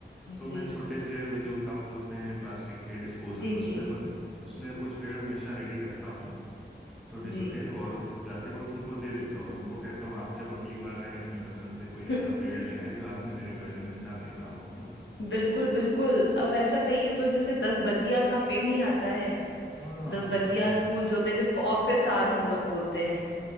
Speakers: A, in the centre; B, on the left.
A: तो
B: जी
A: मैं छोटे से वो जो कप होते हैं प्लास्टिक के डिस्पोजल
B: जी
A: उसमें
B: जी
A: ब- उसमें कुछ पेड़ हमेशा रेडी रखता हूँ छोटे
B: जी
A: छोटे और जाते वक्त उनको दे देता हूँ और उनको कहता हूँ आप जब अगली बार आए अपनी पसंद से कोई
B: <laughs>
A: ऐसा पेड़ ले आए जो आपने मेरे गार्डन में ना देखा हो
B: बिल्कुल बिल्कुल अब ऐसा कहिए तो जैसे दस बजिया का पेड़ नहीं आता है
A: हाँ हाँ
B: दस बजिया
A: हाँ
B: फूल जो होते हैं जिसको ऑफिस आवर हम लोग बोलते हैं